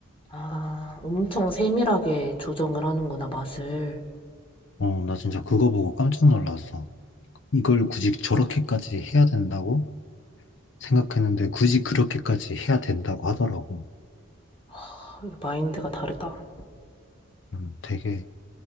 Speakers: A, on the left; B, on the left.
A: 아, 엄청 세밀하게 조정을 하는구나, 맛을.
B: 어, 나 진짜 그거 보고 깜짝 놀랐어. 이걸 굳이 저렇게까지 해야 된다고 생각했는데 굳이 그렇게까지 해야 된다고 하더라고.
A: 아, 이거 마인드가 다르다.
B: 음, 되게